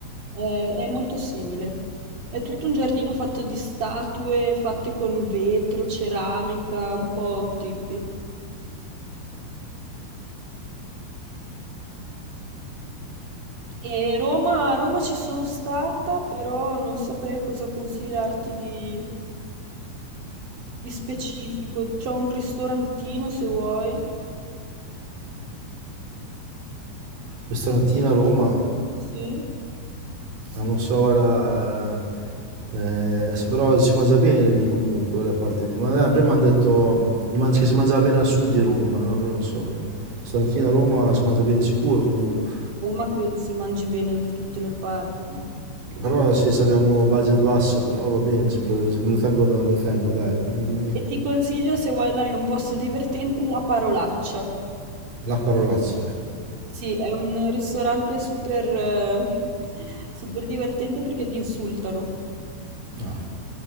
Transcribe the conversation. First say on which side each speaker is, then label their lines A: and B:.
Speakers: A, on the right (about 45°); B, on the right (about 80°).
A: Eh, è molto simile. È tutto un giardino fatto di statue fatte con vetro, ceramica, un po' trippi. E Roma, a Roma ci sono stata, però non saprei cosa consigliarti di Di specifico, c'è un ristorantino se vuoi.
B: ristorantino a Roma,
A: Sì. Sì,
B: ah, non
A: a
B: so, guarda, Eh, s- però si mangia bene lì comunque, quella parte lì. Ma eh, prima hanno detto gli man- che si mangiava bene al sud di Roma, no? Io non so. Stamattina a Roma si mangia bene di sicuro comunque.
A: Roma credo si mangi bene da tutte le parti.
B: Però sì, se abbiamo budget basso, però va bene, ci pro- se me lo tengo, da- lo tengo, dai, dimmi
A: E ti consiglio, se vuoi andare in un posto divertente, La Parolaccia.
B: la parolaccia.
A: Sì, è un ristorante super, eh, <laughs> super divertente perché ti insultano.
B: No.